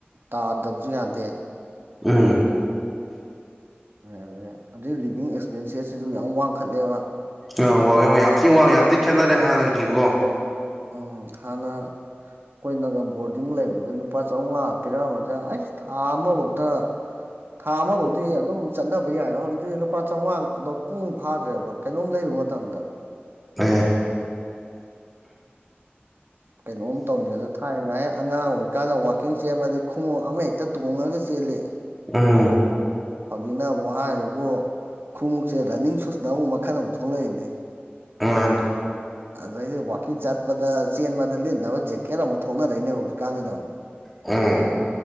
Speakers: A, on the right; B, in the centre.
A: ꯇꯥꯟꯗꯕꯁꯨ ꯌꯥꯗꯦ
B: ꯎꯝ
A: ꯌꯥꯗ꯭ꯔꯦ ꯑꯗꯩ ꯂꯤꯚꯤꯡ ꯑꯦꯛꯁꯄꯦꯟꯁꯦꯁ ꯁꯤꯁꯨ ꯌꯥꯝ ꯋꯥꯡꯈꯠꯂꯦꯕ
B: ꯋꯥꯡꯉꯦ ꯋꯥꯡꯉꯦ ꯌꯥꯝ ꯊꯤ ꯋꯥꯡꯉꯦ ꯌꯥꯝ ꯊꯤ ꯈꯦꯠꯅꯔꯦ ꯍꯥꯟꯅꯒꯤꯀꯣ
A: ꯎꯪ ꯍꯥꯟꯅ ꯈꯣꯏꯅꯒ ꯕꯣꯔꯗꯤꯡ ꯂꯩꯕꯗ ꯂꯨꯄꯥ ꯆꯥꯝꯃꯉꯥ ꯄꯤꯔꯛꯝꯕꯗ ꯑꯩꯁ ꯊꯥ ꯑꯃꯕꯣꯛꯇ ꯊꯥ ꯑꯃ ꯕꯧꯇꯤ ꯑꯗꯨꯝ ꯆꯠꯅꯕ ꯌꯥꯏꯕ ꯍꯧꯖꯤꯛꯇꯤꯗꯤ ꯂꯨꯄꯥ ꯆꯥꯝꯃꯉꯥ ꯄꯨꯡ ꯐꯥꯗ꯭ꯔꯦꯕ ꯀꯩꯅꯣꯝ ꯂꯩ ꯇꯣꯑꯣ ꯇꯝꯗ
B: ꯑꯦ
A: ꯀꯩꯅꯣꯝ ꯇꯧꯅꯤ ꯑꯗꯣ ꯊꯥꯏꯅꯉꯥꯏ ꯑꯉꯥꯡ ꯑꯣꯏꯔꯤꯀꯥꯟꯗ ꯋꯥꯛꯀꯤꯡ ꯆꯦꯟꯕꯗꯤ ꯈꯣꯡꯉꯨꯞ ꯑꯃ ꯍꯦꯛꯇ ꯇꯣꯡꯉꯒ ꯆꯦꯜꯂꯤ
B: ꯎꯝ
A: ꯍꯧꯖꯤꯛꯅ ꯑꯃꯨꯛ ꯍꯥꯏꯔꯤꯕꯨ ꯈꯣꯡꯉꯨꯞꯁꯦ ꯔꯟꯅꯤꯡ ꯁꯨꯁꯅ ꯃꯈꯟ ꯑꯃꯨꯛ ꯊꯣꯛꯂꯛꯏꯅꯦ
B: ꯃꯥꯟꯅꯦ
A: ꯑꯗꯩꯗꯤ ꯋꯥꯛꯀꯤꯡ ꯆꯠꯄꯗ ꯆꯦꯟꯕꯗ ꯂꯤꯠꯅꯕ ꯖꯦꯛꯀꯦꯠ ꯑꯃꯨꯛ ꯊꯣꯛꯅꯔꯛꯏꯅꯦꯕ ꯍꯧꯖꯤꯛꯀꯥꯟꯁꯤꯅ ꯑꯃꯨꯛ
B: ꯎꯝ